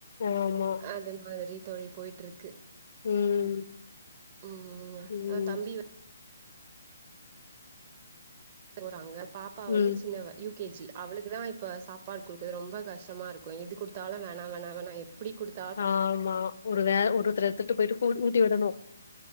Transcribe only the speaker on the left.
ஆமா
ம்
ம்
ம்
ஆமா ஒரு வேல ஒருதர்த்துட்ட போய்டு ஊட்டி விடனு